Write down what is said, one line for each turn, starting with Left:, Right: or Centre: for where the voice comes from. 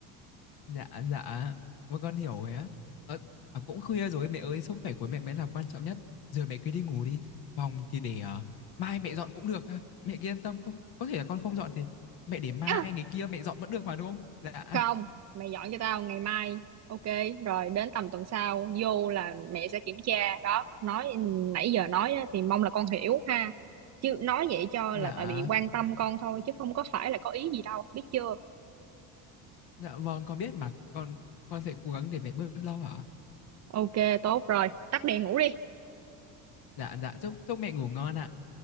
Left: Dạ, dạ, con con hiểu rồi á. Ờ, à, cũng khuya rồi mẹ ơi, sức khỏe của mẹ mới là quan trọng nhất. Giờ mẹ cứ đi ngủ đi. Phòng thì để ờ, mai mẹ dọn cũng được. ha. Mẹ cứ yên tâm, có, có thể là con không dọn thì mẹ để mai
Right: À,
Left: ngày kia mẹ dọn vẫn được mà đúng không? Dạ,
Right: không, mày dọn cho tao ngày mai, ok, rồi đến tầm tuần sau, vô là mẹ sẽ kiểm tra, đó, nói nãy giờ nói á, thì mong là con hiểu ha. Chứ nói vậy cho
Left: dạ,
Right: là tại vì quan tâm con thôi, chứ không có phải là có ý gì đâu, biết chưa?
Left: dạ vâng, con biết mà. Con con sẽ cố gắng để mẹ bớt lâu hả?
Right: Ok, tốt rồi, tắt đèn ngủ đi.
Left: Dạ, dạ, chúc chúc mẹ ngủ ngon ạ.